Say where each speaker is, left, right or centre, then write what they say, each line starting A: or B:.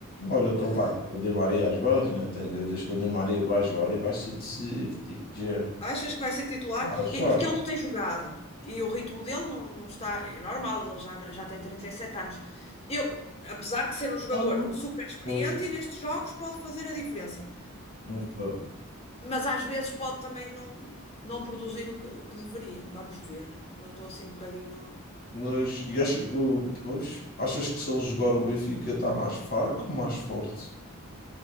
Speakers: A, on the left; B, on the left.
A: Olha que
B: eh,
A: ele vai para o Di Maria a jogar, e não tenho dúvidas que o Di Maria vai jogar e vai ser decisivo. Digo-te já.
B: achas que vai ser titular?
A: Ah, achas?
B: E- Porque ele não tem jogado e o ritmo dele não está. É normal, ele já, já tem 37 anos. Eu, apesar de ser um jogador
A: Algo?
B: super experiente
A: Pois,
B: e nestes jogos pode fazer a diferença,
A: nunca.
B: mas às vezes pode também não, não produzir o que, o que deveria. Vamos ver. Não estou assim um bocadinho.
A: Mas, e achas que, o- pois, achas que se ele jogar o Benfica está mais fraco ou mais forte?